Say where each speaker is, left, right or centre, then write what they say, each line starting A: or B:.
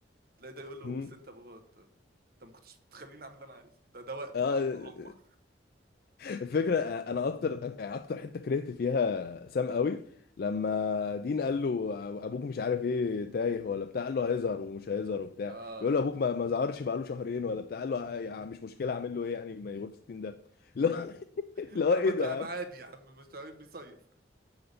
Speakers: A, on the right; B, on the left.
A: تلاقي ده يقول له
B: مم.
A: بس انت يا بابا انت انت ما كنتش تخليني اعمل اللي انا عايزه ده ده وقته
B: اه
A: بقى بالعمر
B: الفكره انا اكتر يعني اكتر حته كرهت فيها سام قوي لما دين قال له ابوك مش عارف ايه تايه ولا بتاع قال له هيظهر ومش هيظهر وبتاع
A: اه
B: بيقول له ابوك ما ما ظهرش بقاله شهرين ولا بتاع قال له "يا عم مش مشكله اعمل له ايه يعني ما يغور في 60 ده اللي هو <laughs>
A: <laughs> يا
B: اللي هو
A: عم
B: ايه
A: تعب
B: ده يا عم
A: عادي يا عم مش تعبان بيصيف